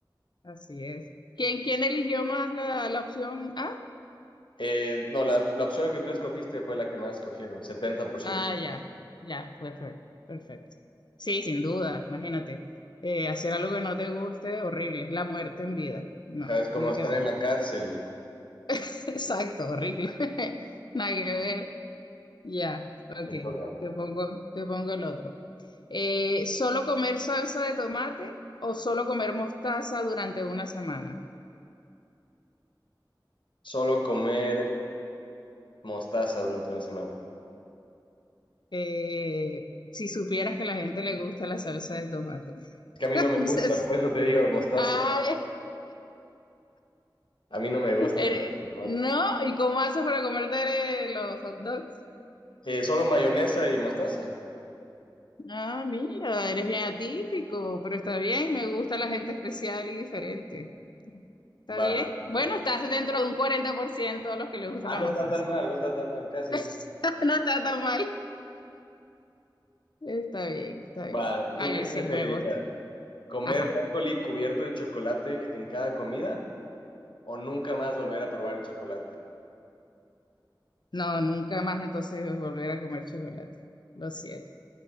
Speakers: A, on the left; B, on the left.
A: Así es. ¿Quién, quién eligió más la, la opción A?
B: Eh, no, la, la opción que tú escogiste fue la que más escogieron, 70%.
A: Ah, ya, ya, perfecto, perfecto. Sí, sin duda, imagínate. Eh, hacer algo que no te guste, horrible, es la muerte en vida. No,
B: Ajá, es como
A: nada
B: estar
A: que ver.
B: en la cárcel.
A: <laughs> Exacto, horrible. <laughs> Nada que ver. Ya, ok,
B: Te toca.
A: te pongo, te pongo el otro. Eh, ¿solo comer salsa de tomate o solo comer mostaza durante una semana?
B: Solo comer mostaza durante una semana.
A: Eh, si supieras que a la gente le gusta la salsa de tomate. <laughs>
B: Es que a mí
A: Entonces,
B: no me gusta, por eso te digo mostaza.
A: ay,
B: A mí no me gusta.
A: eres-
B: el tomate.
A: no, ¿y cómo haces para comerte los hot dogs?
B: Eh, solo mayonesa y mostaza.
A: Ah, mira, eres bien atípico, pero está bien, me gusta la gente especial y diferente. ¿Está bien?
B: Va, me toca.
A: Bueno, estás dentro de un 40% a los que les gusta
B: Ah,
A: la
B: no
A: mostaza.
B: está tan mal, no está tan mal, casi
A: <laughs>
B: sí.
A: No está tan mal. Está bien, está
B: Va,
A: bien.
B: ¿tú
A: A
B: qué
A: mí
B: preferirías?
A: sí, me gusta.
B: ¿Comer
A: Ajá.
B: brócoli cubierto de chocolate en cada comida o nunca más volver a probar el chocolate?
A: No, nunca más entonces volver a comer chocolate. Lo siento.